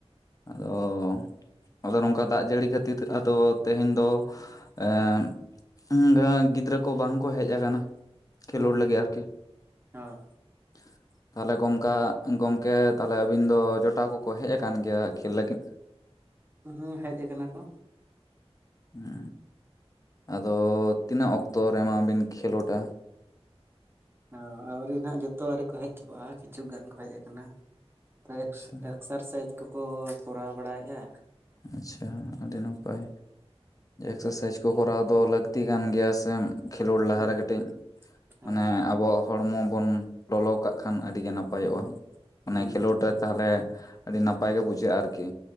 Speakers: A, on the left; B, on the right.
A: ᱟᱫᱚ ᱟᱫᱚ ᱱᱚᱝᱠᱟ ᱫᱟᱜ ᱡᱟᱹᱲᱤ ᱠᱷᱟᱹᱛᱤᱨ ᱟᱫᱚ ᱛᱮᱦᱮᱧ ᱫᱚ ᱮᱸ ᱦᱩᱸ ᱜᱟ ᱜᱤᱫᱽᱨᱟᱹ ᱠᱚ ᱵᱟᱝ ᱠᱚ ᱦᱮᱡ ᱟᱠᱟᱱᱟ ᱠᱷᱮᱞᱳᱰ
B: ᱦᱩᱸ
A: ᱞᱟᱹᱜᱤᱫ ᱟᱨᱠᱤ
B: ᱦᱳᱭ
A: <inaudible> ᱛᱟᱦᱚᱞᱮ ᱜᱚᱢᱠᱟ ᱜᱚᱢᱠᱮ ᱛᱟᱦᱚᱞᱮ ᱟᱹᱵᱤᱱ ᱫᱚ ᱡᱚᱴᱟᱣ ᱠᱚᱠᱚ ᱦᱮᱡ ᱟᱠᱟᱱ ᱜᱮᱭᱟ ᱠᱷᱮᱞ ᱞᱟᱹᱜᱤᱫ?
B: ᱦᱩᱸ ᱦᱮᱡ ᱟᱠᱟᱱᱟ ᱠᱚ᱾
A: ᱦᱩᱸ ᱟᱫᱚ ᱛᱤᱱᱟᱹᱜ ᱚᱠᱛᱚ ᱨᱮᱢᱟ ᱵᱤᱱ ᱠᱷᱮᱞᱳᱰᱟ?
B: ᱚ ᱟᱹᱣᱨᱤ ᱱᱟᱦᱟᱜ ᱡᱚᱛᱚ ᱟᱹᱣᱨᱤ ᱠᱚ ᱦᱮᱡ ᱪᱟᱵᱟᱜᱼᱟ ᱠᱤᱪᱷᱩ ᱜᱟᱱ ᱠᱚ ᱦᱮᱡ ᱟᱠᱟᱱᱟ <inaudible>
A: ᱟᱪᱪᱷᱟ
B: ᱮᱠᱥᱟᱨᱥᱟᱭᱤᱡᱽ ᱠᱚᱠᱚ ᱠᱚᱨᱟᱣ ᱵᱟᱲᱟᱭᱮᱜᱼᱟ᱾
A: ᱟᱪᱪᱷᱟ ᱟᱹᱰᱤ ᱱᱟᱯᱟᱭ᱾ ᱮᱠᱥᱟᱨᱥᱟᱭᱤᱡ ᱠᱚ ᱠᱚᱨᱟᱣ ᱫᱚ ᱞᱟᱹᱠᱛᱤ ᱠᱟᱱ ᱜᱮᱭᱟ ᱥᱮ ᱠᱷᱮᱞᱳᱰ ᱞᱟᱦᱟ
B: ᱦᱩᱸ
A: ᱨᱮ ᱠᱟᱹᱴᱤᱡ
B: ᱦᱳᱭ
A: ᱢᱟᱱᱮ ᱟᱵᱚ ᱦᱚᱲᱢᱚ ᱵᱚᱱ ᱞᱚᱞᱚ ᱠᱟᱜ ᱠᱷᱟᱱ ᱟᱹᱰᱤ ᱜᱮ ᱱᱟᱯᱟᱭᱚᱜᱼᱟ ᱚᱱᱮ
B: ᱦᱩᱸ
A: ᱠᱷᱮᱞᱳᱰ ᱨᱮ ᱛᱟᱦᱚᱞᱮ ᱟᱹᱰᱤ ᱱᱟᱯᱟᱭ ᱜᱮ ᱵᱩᱡᱷᱟᱹᱜᱼᱟ ᱟᱨᱠᱤ